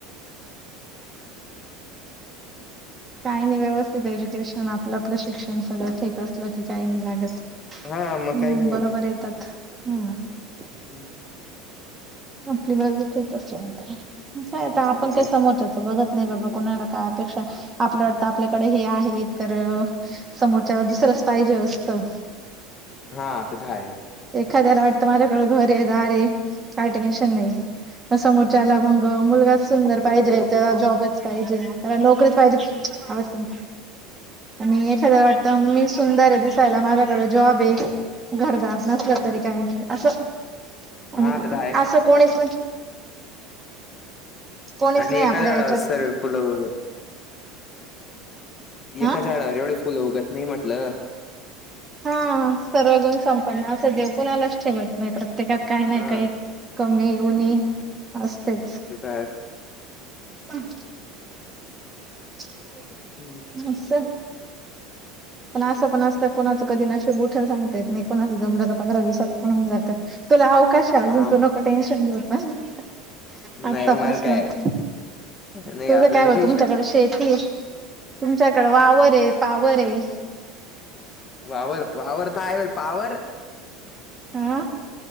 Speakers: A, on the right; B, on the left.
A: काही नाही व्यवस्थित एज्युकेशन आपलं आपलं शिक्षण सगळं ठीक असलं की काही नाही लागत. हम्म
B: हां, मग काही नाही
A: बरोबर येतात हम्म
B: हम्
A: आपली बाजू ठीक असल्या म्हण काय आता आपण
B: ते तर
A: काही
B: आहे.
A: समोरच्या बघत नाही बाबा कुणाला काय अपेक्षा आपल् वाटतं आपल्याकडे हे आहे तर. समोरच्याला दुसरंच पाहिजे असतं.
B: हा ते तिथं आहे.
A: एखाद्याला वाटतं माझ्याकडें घर आहे दार काय टेन्शन नाही. समोरच्याला मग मुलगा सुंदर पाहिजे त्याला जॉबच पाहिजे त्याला नोकरीच पाहिजे. असं आणि एखादं वाटतं मी सुंदर आहे दिसायला माझ्याकड जॉब आहे घरदार न क
B: हं.
A: तरी काही नाही असं आणि
B: हां, ते तर आहे.
A: असं कोणीच कोणीच
B: आणि
A: नाही
B: एका
A: आपल्या
B: झाडावर
A: ह्याच्यात.
B: सर्व फुलं उग
A: हा
B: एका झाडावर एवढे फुलं उगत नाही म्हटलं.
A: हा सर्व गुण संपन्न असं देव कुणालाच ठेवत नाही प्रत्येकात काही
B: हां.
A: नाही काही कमी उनि असतेच.
B: कसं हाय
A: हम हम्
B: हम्म
A: हस पण असं पण असत कोणाचं कधी नशीब उठल सांगता येत नाही कोणाचं जमलं तर पंधरा दिवसात पण होऊन जातं तुला अवकाश आहे अजून
B: हां.
A: तू नको टेन्शन घेऊ आता आतापासनच
B: नाही मला काय
A: तुझं
B: नाही आपल्याला
A: काय बा
B: टेन्शन.
A: तुमच्याकडे शेती हाय तुमच्याकडे वावर आहे पावर आहे
B: वावर वावर तर आहे पावर
A: हा